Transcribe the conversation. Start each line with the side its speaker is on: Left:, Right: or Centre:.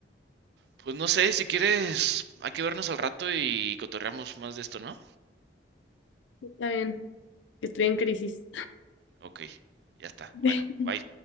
Right: pues no sé, si quieres, hay que vernos al rato y cotorreamos más de esto, ¿no?
Left: <laughs> Está bien, estoy en crisis.
Right: Ok, ya está.
Left: <laughs>
Right: Bueno, bye.